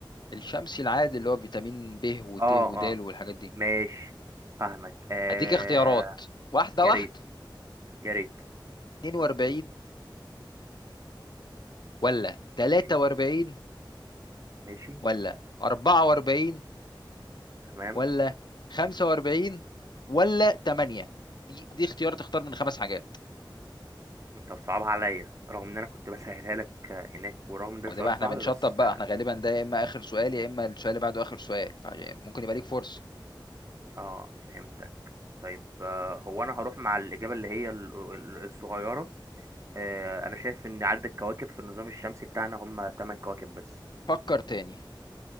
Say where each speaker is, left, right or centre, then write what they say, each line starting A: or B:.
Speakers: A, on the left; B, on the right.
A: الشمسي العادي اللي هو فيتامين ب وت
B: اه
A: ودال
B: اه
A: والحاجات دي
B: ماشي فاهمك آه
A: اديك اختيارات واحده
B: يا
A: واحده
B: ريت يا ريت
A: 42 ولا 43
B: ماشي ماشي
A: ولا 44
B: تمام
A: ولا 45 ولا 8 دي دي اختيار تختار من خمس حاجات
B: انت بتصعبها عليا رغم ان انا كنت بسهلها لك آه، هناك ورغم ان ده
A: وده
B: سؤال
A: بقى احنا
B: صعب
A: بنشطب
B: بس
A: بقى
B: اه
A: احنا غالبا ده يا اما اخر سؤال يا اما السؤال اللي بعده اخر سؤال فممكن يبقى ليك فرصه
B: آه، فهمتك طيب آه، هو انا هروح مع الاجابه اللي هي ال- ال- الصغيره آه، انا شايف ان عدد الكواكب في النظام الشمسي بتاعنا هم 8 كواكب بس
A: فكر تاني